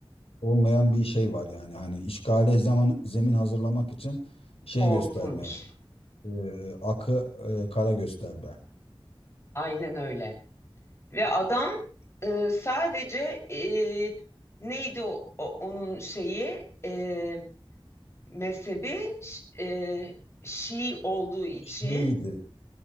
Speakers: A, on the left (about 85°); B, on the left (about 30°).
A: olmayan bir şey var yani hani işgale zaman zemin hazırlamak için şey
B: korkunç.
A: gösterme e, akı e, kara gösterme.
B: Aynen öyle. Ve adam e, sadece e, neydi o, o- onun şeyi e, mezhebi ş- e, Şii olduğu için
A: Şiiydi.